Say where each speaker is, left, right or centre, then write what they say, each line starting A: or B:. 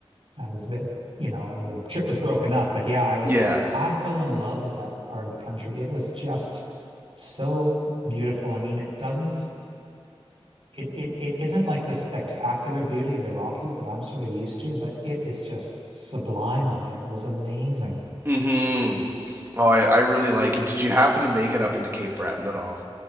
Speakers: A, on the right; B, on the right.
A: I was a bit, you know, uh, the trip was broken up, but yeah, I was,
B: Yeah.
A: I fell in love with that part of the country. It was just so beautiful. I mean, it doesn't it it it isn't like the spectacular beauty of the Rockies that I'm sort of used to, but it is just sublime out there. It was amazing.
B: Mm-hmm. Oh, I, I really like it. Did you happen to make it up into Cape Breton at all?